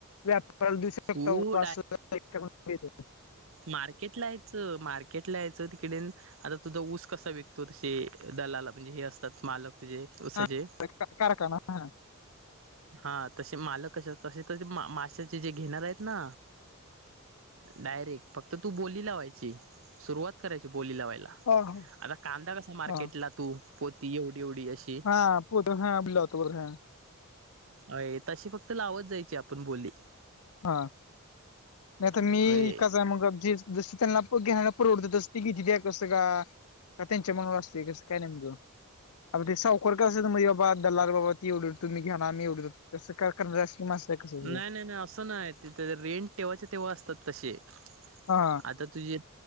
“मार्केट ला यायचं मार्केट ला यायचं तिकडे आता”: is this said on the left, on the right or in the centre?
Right